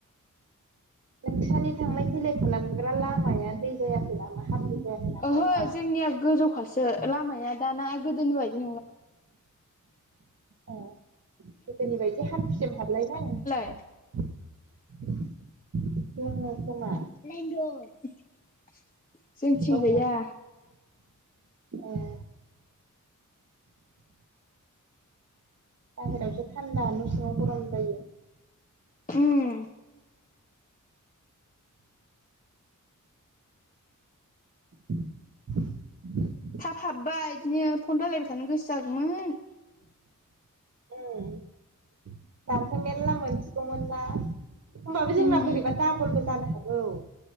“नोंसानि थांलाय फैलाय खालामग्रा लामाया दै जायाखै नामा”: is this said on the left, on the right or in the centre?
Right